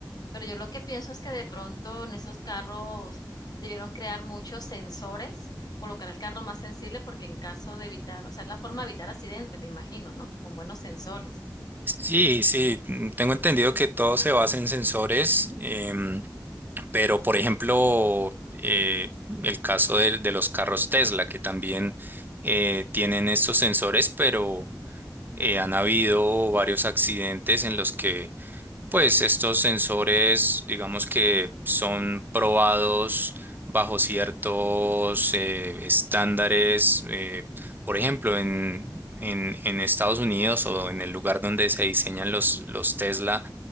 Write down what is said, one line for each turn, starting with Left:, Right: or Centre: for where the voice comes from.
Left: Pero yo lo que pienso es que de pronto en esos carros debieron crear muchos sensores, colocar el carro más sensible porque en caso de evitar, o sea, es la forma de evitar accidentes, me imagino, ¿no? Con buenos sensores.
Right: Sí, sí, mm, tengo entendido que todo se basa en sensores, em, pero por ejemplo, eh, el caso de, de los carros Tesla, que también eh, tienen estos sensores, pero eh, han habido varios accidentes en los que Pues estos sensores, digamos que son probados bajo ciertos eh, estándares. eh, por ejemplo, en, en, en Estados Unidos o en el lugar donde se diseñan los, los Tesla,